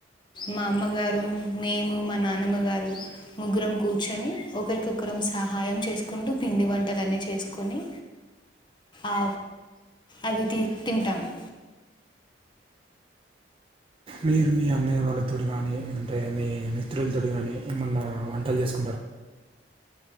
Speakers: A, on the left; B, on the right.
A: మా అమ్మగారు మేము మా నానమ్మ గారు ముగ్గురం కూర్చొని ఒకరికొకరు సహాయం చేసుకుంటూ పిండి వంటలన్ని చేసుకోని ఆ అవి తి తింటాము
B: మీరు మీ అన్నయ్య వాళ్ళతోటి గానీ అంటే మీ మిత్రులతోటి గానీ ఏమన్నా వంటలు చేసు